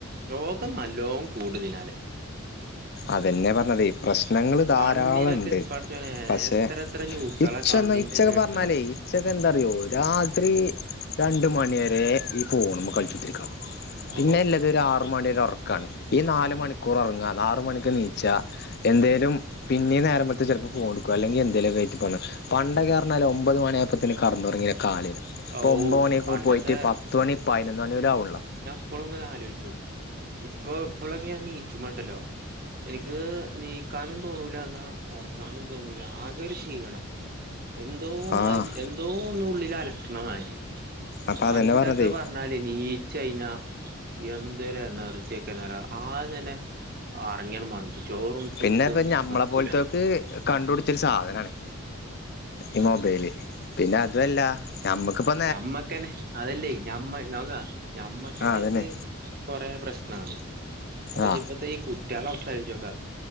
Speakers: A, on the right; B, on the left.
A: രോഗം നല്ലോം കൂടു ഇതിനാലെ
B: അതെന്നെയാ പറഞ്ഞതെ പ്രശ്നങ്ങൾ ധാരാളം
A: കണ്ണിനൊക്കെ
B: ഇണ്ട്
A: പടച്ചോനെ
B: പക്ഷെ
A: എത്ര എത്ര ന്യൂസാളാ
B: ഇച്ച്
A: കണ്ണിന്റെ
B: ഒന്ന് ഇച്ചൊക്കെ
A: കേട്ടറിയോ
B: പറഞ്ഞാലേ ഈച്ചെക്കെൻ എന്താറിയോ രാത്രി രണ്ട് മണി വരെ ഈഫോണ് മ്മെ കളിച്ചുത്തിരിക്കാ
A: ഓ
B: പിന്നെ ഇല്ലത് ഒരു ആറ് മണിടെ ഒറക്കാണ് ഈ നാല് മണിക്കൂർ ഒറങ്ങാ നാ <unintelligible> മണിക്ക് നീച്ചാ എന്തേലും
A: ഉം
B: പിന്നേം നേരം വെളുത്ത് ചെലപ്പോ ഫോണെടുക്കും അല്ലെങ്കി എന്തേലും ഒക്കെ ആയിറ്റ് <unintelligible> പണ്ടൊക്കെ പറഞ്ഞാല് ഒമ്പത് മണിയായപ്പത്തിന് കടന്നൊറങ്ങിയ കാലേനും ഇപ്പോ
A: ഓ
B: ഒമ്പത് മണിയൊക്കെ
A: പണ്ടത്തെ
B: പോയിറ്റ് പത്ത് മണി പതിനൊന്ന് മണി പോലും ആവണില്ല
A: ഇപ്പഴും ഇങ്ങനെ ആലോയിച്ചും ഇപ്പ ഇപ്പളൊക്കെ ഞാൻ നീച്ചുമ്പണ്ടല്ലോ എനിക്ക് നീക്കാനും തോന്നൂല എന്നാ ഒറങ്ങാനും തോന്നൂല ആകെ ഒരു ക്ഷീണം എന്തോ മാതിരി
B: ആഹ്
A: എന്തോ ഒന്ന് ഉള്ളില് അലട്ടണ മാരി
B: അപ്പൊ
A: പണ്ടൊക്കെ
B: അതന്നെ പറഞ്ഞതേ
A: പറഞ്ഞാല് നീച്ചയിഞ്ഞാ എന്തൊരു എനർജിയൊക്കെയാന്ന് അറിയോ ആദ്യം തന്നെ ഒറങ്ങിയങ്ങ് മണ്ട് ഈ ചോറും
B: പിന്നെ
A: ഇതൊന്നും
B: ഇപ്പ ഞമ്മളെ
A: തിന്നാൻ നിക്കൂല
B: പോലത്തോക്ക് കണ്ടുപിടിച്ചെരു സാധനാണ് ഈ
A: ഉം
B: മൊബൈല് പിന്നെ അതു അല്ല ഞമ്മക്കിപ്പ
A: ഞമ്മക്കെന്നെ അതല്ലേ ഞമ്മ നോക്കാ ഞമ്മക്കെന്നെത്
B: ആ അതന്നെ
A: കൊറെ പ്രശ്നാണ് അപ്പ
B: ആ
A: ഇജ് ഇപ്പത്തെ ഈ കുട്ടിയാളെ അവസ്ഥ ആലോയിച്ചോക്കാ